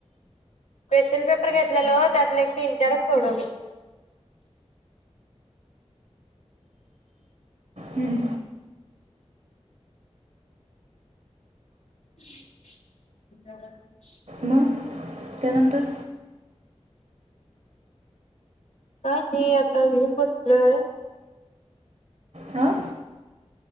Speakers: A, on the left (about 80°); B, on the right (about 55°).
A: क्वेशन पेपर घेतलेलं त्यातले एक तीन चारचं सोडवलोय
B: हम्म,
A: ह <inaudible>
B: मग त्यानंतर
A: काय नाही आता घेऊन बसलोय
B: हां